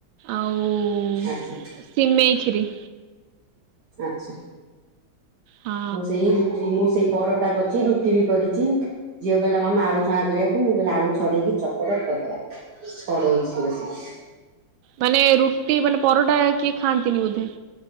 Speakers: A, on the right; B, on the right.
A: ଆଉ
B: ଆଚ୍ଛା
A: ସିମେଇ ଖିରି।
B: ଆଛା
A: ହଁ
B: ମୁଁ ସେ ରୁଟି ମୁସେ ସେଇ ପରଟା କରିଛି ରୁଟି ବି କରିଛି ଝିଅ କହିଲା ମାମା ଆଳୁ ଛଣାଁ କରିବାକୁ ମୁଁ କହିଲି ଆଳୁ ଛଡେଇକି ଚକଟ କରିଦବା। ଛଡଉଛି ବସିକି
A: ମାନେ ରୁଟି ମାନେ ପରଟା କିଏ ଖାଆନ୍ତିନି ବୋଧେ?